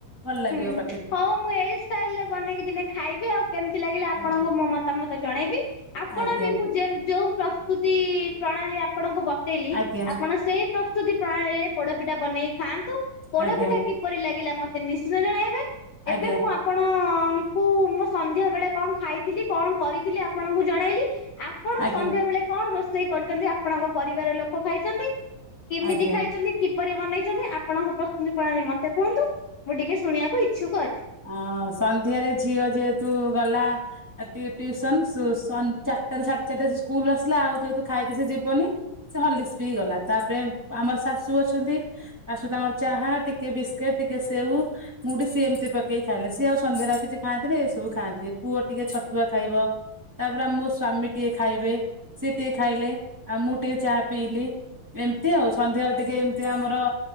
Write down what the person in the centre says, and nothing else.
ଭଲ ଲାଗିବ
ପା
ଆଜ୍ଞା
ଆଜ୍ଞା
ଆଜ୍ଞା
ଆଜ୍ଞା
ଆଜ୍ଞା
ଆଜ୍ଞା।
ଆଜ୍ଞା
ଅଁ ସନ୍ଧ୍ୟାରେ ଝିଅ ଯେହେତୁ ଗଲା ଆ ଟି-ଟି-ଟିଉସନ୍ ସ ସନ୍ ଚାରିଟାରୁ ସାଢେ ଚାରିଟା ସେ ସ୍କୁଲ ଆସିଲା ଆଉ ଯେହେତୁ ଖାଇକି ସେ ଯିବନି। ସେ ହର୍ଲିକ୍ସ ପି ଗଲା ତାପରେ ଆମର ଶାଶୂ ଅଛନ୍ତି, ଶାଶୂ ତାଙ୍କର ଚାହା ଟିକେ ବିସ୍କିଟ, ଟିକେ ସେଉ ମୁଡି ସିଏ ଏମତି ପକେଇି ଖାଇଲେ ସିଏ ଆଉ ସନ୍ଧ୍ୟାରେ ଆଉକିଛି ଖାଆନ୍ତିିନି ଏଇସବୁ ଖାଆନ୍ତି, ପୁଅ ଟିକେ ଛତୁଆ ଖାଇବ ତାପରେ ଆମ ମୋ ସ୍ଵାମୀ ଟିକେ ଖାଇବେ, ସିଏ ଟିକେ ଖାଇଲେ ଆଉ ମୁଁ ଟିକେ ଚାହା ପିଇଲି। ଏମତି ଆଉ ସନ୍ଧ୍ୟାବେଳେ ଟିକେ ଏମିତି ଆମର